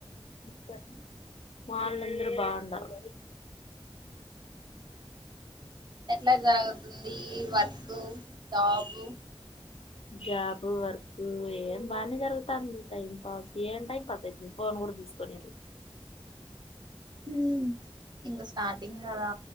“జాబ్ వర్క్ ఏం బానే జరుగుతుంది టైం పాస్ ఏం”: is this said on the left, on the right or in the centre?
Left